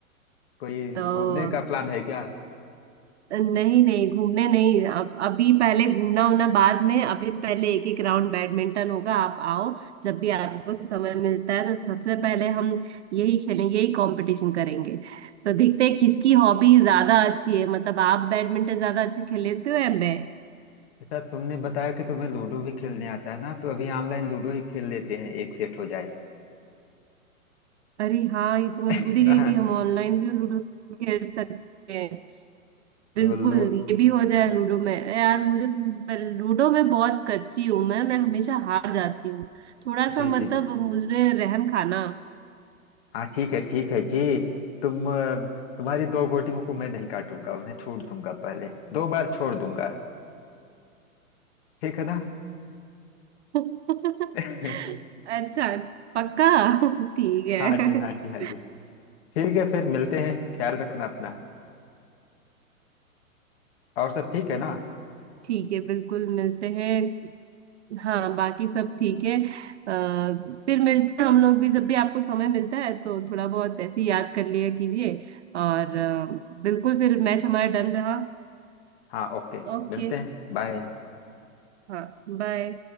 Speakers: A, on the left (about 45°); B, on the right (about 50°).
A: कोई
B: तो
A: घूमने का प्लान है क्या
B: नहीं नहीं घूमने नहीं अब अभी पहले घूमना होना बाद में अभी पहले एक एक राउंड बैडमिंटन होगा आप आओ जब भी आपको समय मिलता है तो सबसे पहले हम यही खेलेंगे यही कंपटीशन करेंगे तो देखते हैं किसकी हॉबी ज्यादा अच्छी है मतलब आप बैडमिंटन ज्यादा अच्छे खेल लेते हो या मैं
A: अच्छा तुमने बताया कि तुम्हें लूडो भी खेलने आता है ना तो अभी ऑनलाइन लूडो ही खेल लेते हैं एक सेट हो जाए
B: अरे हाँ ये तो मैं
A: <laughs>
B: भूल ही
A: ना
B: गई थी हम ऑनलाइन भी लूडो खेल सकते हैं बिल्कुल
A: तो लू
B: ये भी हो जाए लूडो में यार मुझे पर लूडो में बहुत कच्ची हूं मैं मैं हमेशा हार जाती हूँ थोड़ा सा
A: जी
B: मतलब
A: जी जी
B: मुझमें रहम खाना
A: हाँ ठीक है ठीक है जी तुम अ, तुम्हारी दो गोटियों को मैं नहीं काटूंगा उन्हें छोड़ दूंगा पहले दो बार छोड़ दूंगा ठीक है ना
B: <laughs>
A: <laughs>
B: अच्छा पक्का <laughs> ठीक है
A: हाँ जी हाँ जी हाँ जी ठीक है फिर मिलते हैं ख्याल रखना अपना और सब ठीक है ना
B: ठीक है बिल्कुल मिलते हैं हाँ बाकी सब ठीक है आ, फिर मिलते हैं हम लोग भी जब भी आपको समय मिलता है तो थोड़ा बहुत ऐसे ही याद कर लिया कीजिए और अ, बिल्कुल फिर मैच हमारा डन रहा
A: हाँ ओके
B: ओके
A: मिलते हैं बाय
B: हाँ बाय